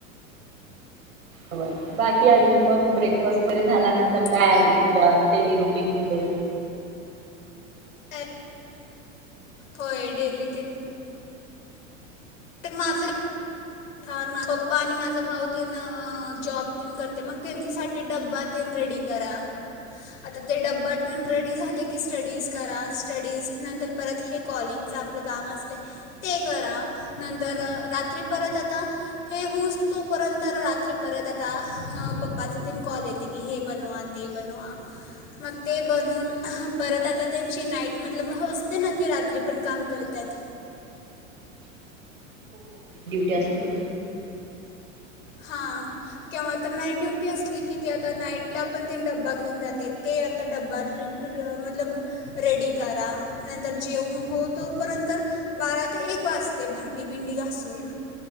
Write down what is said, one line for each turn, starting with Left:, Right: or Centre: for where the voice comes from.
Right: र बाकी अजून मग ब्रेकफास्ट वगैरे झाल्या ना? तर काय
Left: म्हणून
Right: आहे तुझ्या डेली रुटीनमध्ये
Left: अ होय डेली तीन. एक माझर हाना पप्पा आणि माझा भाऊ तेन जॉब तेन करते मग त्यांच्यासाठी डब्बा तेन रेडी करा. आता ते डब्ब्या तेन रेडी झाले की स्टडीज करा स्टडीज नंतर परत हे कॉलिंगचं आपलं काम असतय ते करा नंतर रात्री परत आता हे होऊस तोपर्यंत रात्री परत आता पप्पाचा त्यां कॉल येते की हे बनवा ते बनवा मग ते बनून परत आता त्यांची नाईट मतलब असते ना की रात्री पण काम करत्यात
Right: ते असतय
Left: हा केव्हा तर नाईट ड्युटी असली कि ते आता नाईटला पण तेन डब्बा घेऊन जातेत ते आता डब्बा रिप मतलब रेडी करा नंतर जेवन हो तोपर्यंत बारा ते एक वाजते भांडी बिंडी घासून